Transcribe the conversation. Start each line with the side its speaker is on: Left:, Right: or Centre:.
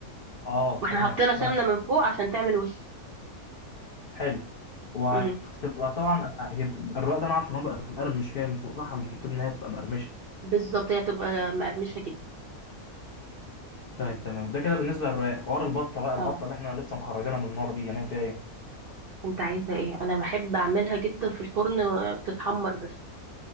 Left: اه
Right: ما احنا
Left: تمام
Right: حطينا سمنة
Left: ماشي
Right: من فوق عشان تعمل وش
Left: حلو وهتبقى
Right: امم
Left: طبعا هي بت- الرق ده انا عارف ان هو بقى مقرمش كده من فوق صح المفروض ان هي تبقى مقرمشه
Right: بالظبط هي هتبقى مقرمشة جدا
Left: طيب تمام ده كده بالنسبه للرق حوار البطه بقى البطه
Right: اه
Left: اللي احنا لسه مخرجينها من النار دي هنعمل فيها ايه
Right: انت عايزة ايه انا بحب اعملها جدا في الفرن وتتحمر بس